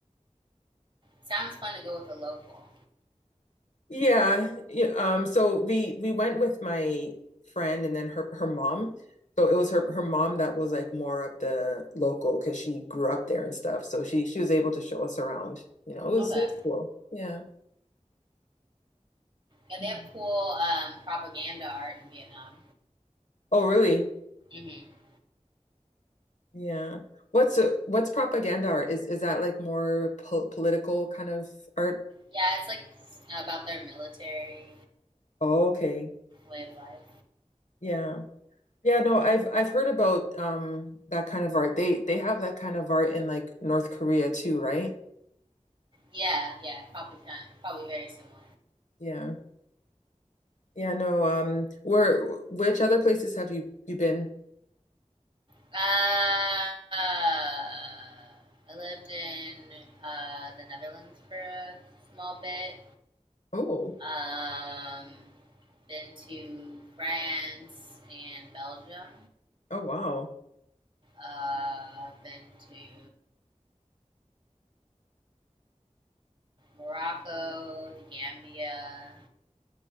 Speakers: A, on the right (about 40°); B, on the left (about 75°).
A: Sounds fun to go with a local.
B: Yeah, yeah, um, so we we went with my friend and then her her mom. So it was her her mom that was like more of the local because she grew up there and stuff. So she she was able to show us around. You know, it was,
A: Okay.
B: it was cool. Yeah.
A: Yeah,
B: Mhm.
A: they have cool um, propaganda art in Vietnam.
B: Oh, really?
A: hmm
B: Yeah. What's uh, what's propaganda art? Is is that like more po political kind of art?
A: Yeah, it's like about their military
B: Oh, okay.
A: way of life.
B: Yeah. Yeah, no, I've I've heard about um that kind of art. They they have that kind of art in like North Korea too, right?
A: Yeah, yeah, probably kind of, probably very similar.
B: Yeah. Yeah, no, um, where which other places have you you been?
A: Uh, uh, I lived in uh, the Netherlands for a small bit.
B: Oh,
A: Um, been to France and Belgium.
B: oh wow.
A: Uh, been to Morocco, the Gambia.